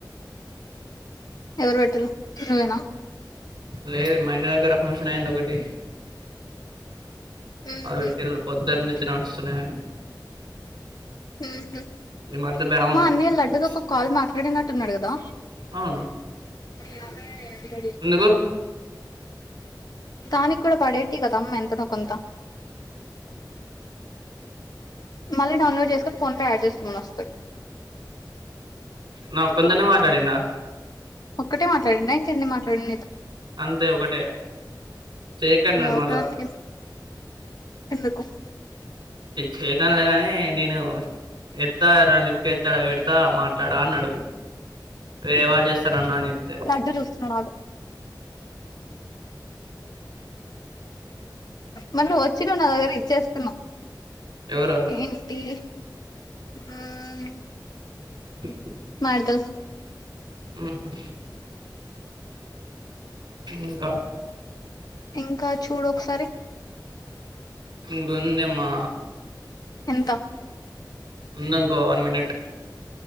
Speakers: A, on the left; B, on the right.
A: ఎవరు పెట్టారు నువ్వేనా
B: లేదు మా ఇంటి దగ్గర ఫంక్షనైయింది ఒకటి
A: ఉహు
B: ఆ <unintelligible> వీటిల్ పొద్దున్నుంచి నడుస్తున్నాయి
A: హు హామ్
B: ఈ మధ్య బాగున్నాయి
A: మా అన్నయ్య
B: ఫంక్షన్
A: లడ్డు తోఒక కాల్ మాట్లాడినట్టున్నాడు కదా
B: అవును
A: అక బడి <unintelligible>
B: ఎందుకు
A: దానికి కూడా పడేటి కదమ్మ ఎంతనో కొంత మళ్ళీ డౌన్లోడ్ చేసుకొని ఫోన్ పే యాడ్ చేసుకోమని వస్తాయి
B: నా ఒక్కని తోనే మాట్లాడిండా
A: ఒకటే మాట్లాడిండ ఇంకెన్ని మాట్లాడి
B: అంతే ఒకటే చేయకు అన్నడు
A: ఇగ ఒక్కదానికి
B: మళ్ళా
A: ఎందుకు
B: చెయకాన్లేగాని నేను ఎత్తార లిఫ్ట్ ఎత్తాడ పెడతా మాట్లాడా అన్నాడు వేరే వాళ్ళు చేస్తారన్న అని చెప్పి
A: లడ్డు చూస్తున్నాడు ఆడు మరి నువ్వు వచ్చినవ్ నా దగ్గర ఇచ్చేస్తున్నావ్
B: ఎవరోళ్ళు
A: ఏం టీ హ్మ్
B: ఓక <inaudible>
A: మ్యాడ్తల్
B: ఊహూ ఇంకా
A: ఇంకా చూడొక్కసారి
B: ఇందొందెమా
A: ఎంత
B: ఉందనుకో వన్ మినిట్